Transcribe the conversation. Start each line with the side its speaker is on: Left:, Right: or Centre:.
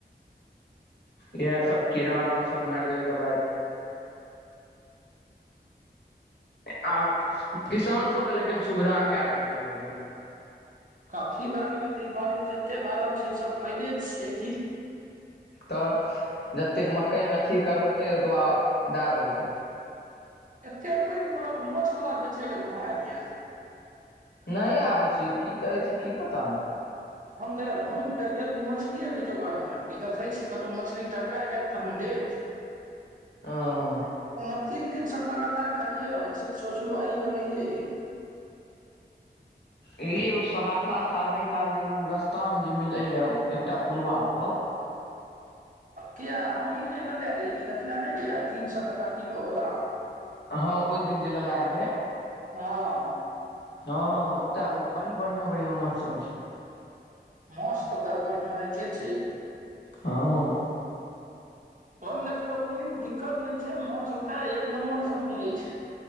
Left: इएह सब। कीड़ा वाला सब माइर देबै दबाई। आब किसान सबके लेकिन सुविधा कै देलकै यै भगवान।
Right: काफी भए गेलै तऽ, ई बारिश जते भए रहल छै ई सब फैदे छियै की।
Left: तऽ जतेक मकय मे अथी करलकै ओतबा दए देलकै।
Right: एते पाइन पड़ल माछ बला बेचे लै कहाँ एल यै?
Left: नय आबै छै यौ, की करै छै की पता?
Right: हम तऽ घुइम कऽ गेल रही मछलिएके जोगारमे कि देखै छी कतौ मछली टकरा जैत तऽ हम लेब।
Left: आं
Right: ओना तीन दिनसे हम लगातार खाइए रहल छीयै, सोचलौं आइयौ लईयै ली।
Left: एहि उ सहरसा से आबे काल जे उ रस्तामे जे मिलै यै एकटा पुलवा पर
Right: किया हमही नै लेने रही देखनय नै रीहे तीन सौ टका किलो बला।
Left: अहां ओइ दिन जे लला रीहे
Right: हां।
Left: हां ओतय ओ बड़ी बढ़ियां-बढ़ियां माछ सब छै।
Right: माँछ सब तऽ बढ़िया रहते छै यौ।
Left: हां।
Right: ओय मे देखियो कूनू दिक्कत नय छै, माछ ओतै एक नंबर सब मिलय छै।